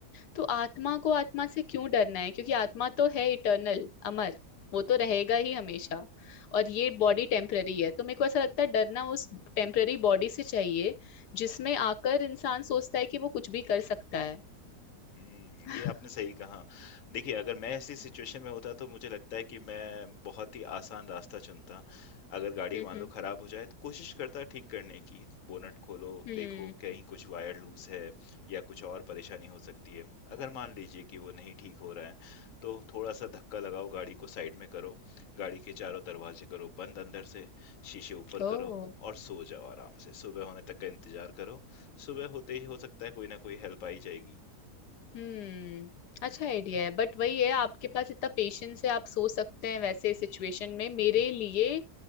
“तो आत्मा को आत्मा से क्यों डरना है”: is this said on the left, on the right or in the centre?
Left